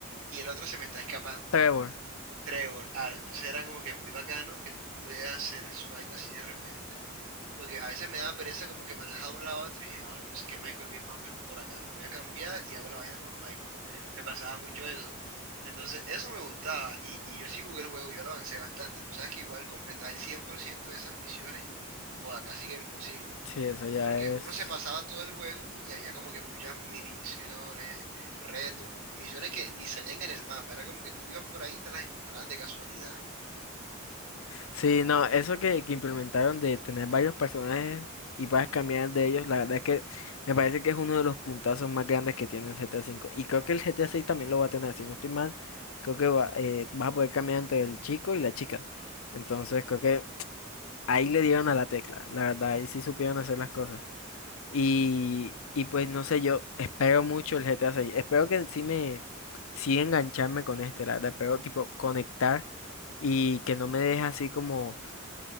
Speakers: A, on the right; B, on the left.
A: y el otro se me está escapando,
B: Trevor.
A: Trevor, Aaron. Entonces era como que muy bacano que tú podías hacer el swipe así de repente, porque a veces me daba pereza como que manejaba de un lado a otro y dije, "Ah, yo sé que Michael viene más o menos por acá, voy a cambiar y hago la vaina con Michael. Me pasaba mucho eso. Entonces eso me gustaba y, y yo sí jugué el juego, yo lo avancé bastante. Tú sabes que igual completar el 100% de esas misiones, joda, casi que imposible.
B: Sí, eso ya
A: Porque
B: es.
A: uno se pasaba todo el juego y había como que muchas mini misiones, retos, misiones que ni salían en el mapa. Era como que tú ibas por ahí y te las encontrabas de casualidad.
B: Sí, no, eso que, que implementaron de tener varios personajes y puedas cambiar de ellos, la verdad es que me parece que es uno de los puntazos más grandes que tiene el G GTA cinco. Y creo que el G GTA seis también lo va a tener, si no estoy mal, creo que va, eh, vas a poder cambiar entre el chico y la chica. Entonces creo que ahí le dieron a la tecla, la verdad, ahí sí supieron hacer las cosas. Y, y pues no sé, yo espero mucho el G GTA seis. espero que sí me, sí engancharme con este, la verdad, pero tipo conectar y que no me deje así como